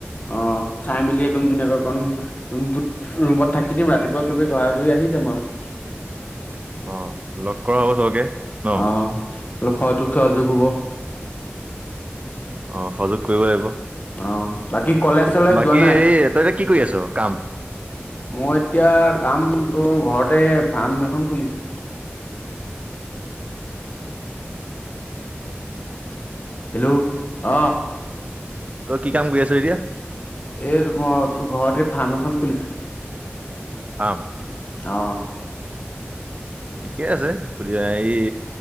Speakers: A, on the left; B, on the right.
A: অ, চাই মেলি একদম ধুনীয়াকে অকণ ৰুমটোত ৰুমত থাকি দিম ৰাতিপুৱা চবে ঘৰা ঘূৰি আহি যাম আৰু।
B: অ লগ কৰা হ'ব চবকে ন
A: অ', অলপ সহযোগ চহযোগ হ'ব।
B: অ সহযোগ কৰিব লাগিব
A: অ, বাকী কলেজ চলেজ
B: বাকী
A: যোৱা নাই?
B: এই তই এতিয়া কি কৰি আছ কাম
A: মই এতিয়া কাম তোৰ ঘৰতে ফাৰ্ম এখন খুলিছো।
B: <unintelligible>
A: হেল্ল', অ,
B: তই কি কাম কৰি আছ এতিয়া
A: এ তো মই ঘৰতে এই ফাৰ্ম এখন খুলিছো
B: <unintelligible>
A: অ',
B: ঠিকে আছে ফুৰি আহি এই